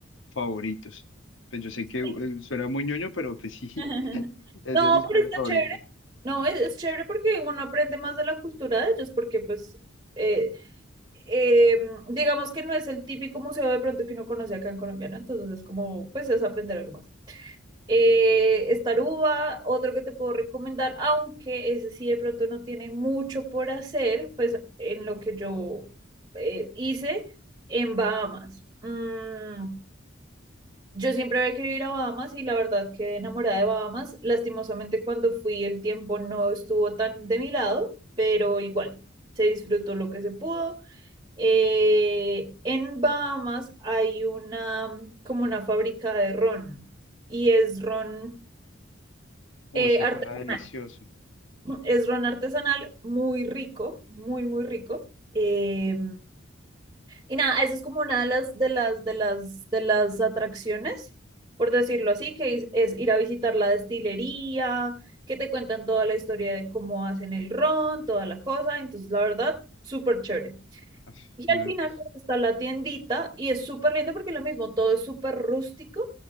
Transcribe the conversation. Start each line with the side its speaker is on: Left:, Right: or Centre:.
Left: favoritos. Pues yo sé que eh,
Right: Sí.
Left: suena muy ñoño, pero pues sí,
Right: <laughs>
Left: <laughs> es
Right: No,
Left: de mis planes
Right: pero está
Left: favoritos.
Right: chévere. No, es, es chévere porque uno aprende más de la cultura de ellos, porque pues, eh, eh, digamos que no es el típico museo de pronto que uno conoce acá en Colombia, ¿no? Entonces es como, pues es aprender algo más. Eh,
Left: Sí.
Right: Estaruba, otro que te puedo recomendar, aunque ese sí de pronto no tiene mucho por hacer, pues en lo que yo eh, hice en Bahamas. Mm, yo siempre había querido ir a Bahamas y la verdad quedé enamorada de Bahamas. Lastimosamente cuando fui el tiempo no estuvo tan de mi lado, pero igual se disfrutó lo que se pudo. Eh, en Bahamas hay una como una fábrica de ron y es ron
Left: Uy,
Right: eh,
Left: eso
Right: artesanal.
Left: suena delicioso.
Right: <clears throat> Es ron artesanal, muy rico, muy, muy rico. Eh, y nada, eso es como una de las, de las, de las, de las atracciones, por decirlo así,
Left: Sí,
Right: que es, es ir a visitar la destilería, que te cuentan toda la historia de cómo hacen el ron, toda la cosa. Entonces, la verdad, súper chévere.
Left: Ah,
Right: Y
Left: suena-
Right: al final
Left: es-
Right: pues, está la tiendita y es súper lindo porque lo mismo, todo es súper rústico.